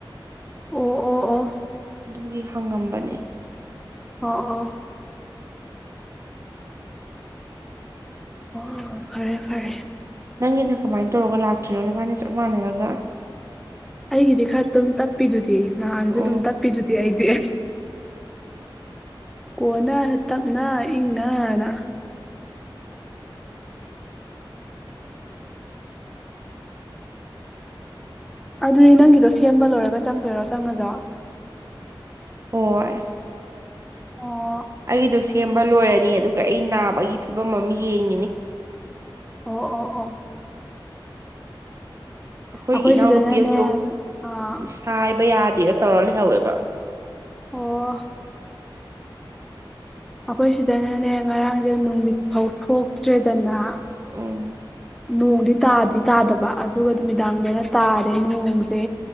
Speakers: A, in the centre; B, on the right (about 35°).
A: ꯑꯣ ꯑꯣ ꯑꯣ
B: ꯑꯗꯨꯒꯤ ꯍꯪꯉꯝꯕꯅꯦ
A: ꯑꯣ ꯑꯣ ꯑꯣ ꯐꯔꯦ ꯐꯔꯦ
B: ꯅꯪꯒꯤꯅ ꯀꯃꯥꯏꯅ ꯇꯧꯔꯒ ꯂꯥꯛꯇ꯭ꯔꯤꯅꯣ ꯅꯕꯥꯅ ꯆꯞ ꯃꯥꯟꯅꯔꯒ
A: ꯑꯩꯒꯤꯗꯤ ꯈꯔ ꯑꯗꯨꯝ ꯇꯞꯄꯤꯗꯨꯗꯤ ꯅꯍꯥꯟꯁꯨ
B: ꯎꯝ
A: ꯑꯗꯨꯝ ꯇꯞꯄꯤꯗꯨꯗꯤ ꯑꯩꯗꯤ ꯀꯣꯟꯅꯅ ꯇꯞꯅ ꯏꯪꯅꯅ ꯑꯗꯨꯗꯤ ꯅꯪꯒꯤꯗꯣ ꯁꯦꯝꯕ ꯂꯣꯏꯔꯒ ꯆꯪꯗꯣꯏꯔꯣ ꯆꯪꯉꯖ
B: ꯍꯣꯏ
A: ꯑꯣ
B: ꯑꯩꯗꯣ ꯁꯦꯝꯕ ꯂꯣꯏꯔꯅꯤ ꯑꯗꯨꯒ ꯑꯩ ꯅꯥꯕꯒꯤ ꯐꯤꯕꯝ ꯑꯃ ꯌꯦꯡꯉꯤꯅꯤ
A: ꯑꯣ ꯑꯣ ꯑꯣ
B: ꯑꯩꯈꯣꯏꯒꯤ
A: ꯑꯩꯈꯣꯏ
B: ꯏꯅꯥꯎꯅꯨꯄꯤ
A: ꯁꯤꯗꯅꯅꯦ
B: ꯑꯃꯁꯨ
A: ꯑꯥ
B: ꯁꯥꯏꯕ ꯌꯥꯗꯦꯅ ꯇꯧꯔ ꯂꯩꯍꯧꯋꯦꯕ
A: ꯑꯣ ꯑꯩꯈꯣꯏ ꯁꯤꯗꯅꯅꯦ ꯉꯔꯥꯡꯁꯦ ꯅꯨꯃꯤꯠ ꯐꯥꯎ ꯊꯣꯛꯇ꯭ꯔꯦꯗꯅ
B: ꯎ
A: ꯅꯣꯡꯗꯤ ꯇꯥꯗꯤ ꯇꯥꯗꯕ ꯑꯗꯨꯒ ꯅꯨꯃꯤꯗꯥꯡꯗꯅ ꯇꯥꯔꯦ ꯅꯣꯡꯁꯦ